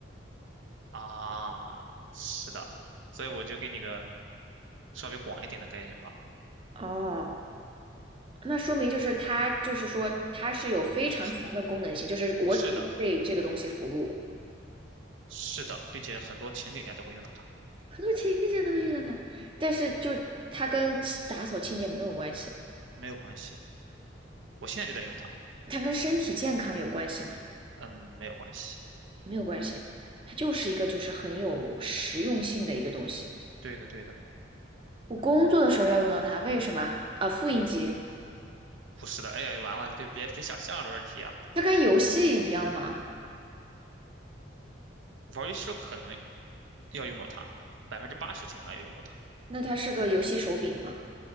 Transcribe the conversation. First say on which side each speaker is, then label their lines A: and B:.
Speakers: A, on the right; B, on the right.
A: 啊，是的，所以我就给你个稍微广一点的概念吧。
B: 哦，那说明就是它，就是说它是有非常强的功能性，
A: 是
B: 就是我只为这个东西服务。
A: 是的，是的，并且很多情景下都会用到它，
B: 很多情节都会遇到它，但是就它跟打扫清洁没有关系，
A: 没有关系。我现在就在用它，
B: 它跟身体健康有关系吗？
A: 嗯，没有关系。
B: 没有关系，它就是一个就是很有实用性的一个东西。
A: 对的，对的，
B: 我工作的时候要用到它，为什么啊？啊复印机，
A: 不是的。哎呀，完了，就别别想象的问题啊。
B: 它跟游戏一样吗？
A: 玩游戏时候可能要用到它，百分之八十情况下要用到它。
B: 那它是个游戏手柄吗？